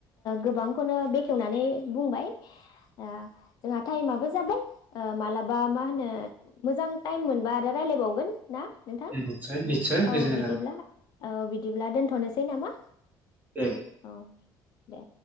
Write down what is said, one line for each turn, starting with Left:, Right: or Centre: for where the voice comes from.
Left: गोबांखौनो बेखेवनानै बुंबाय। ओ जोंहा टाइमाबबो जाबाय ओ मालाबा मा होनो मोजां टाइम मोनबा आरो रायलायबावगोन। ना नोंथां
Right: निसय निसय
Left: औ
Right: गो
Left: बिदिब्ला ओ बि बिदिब्ला दोनथनोसै नामा?
Right: जायाखै
Left: औ दे।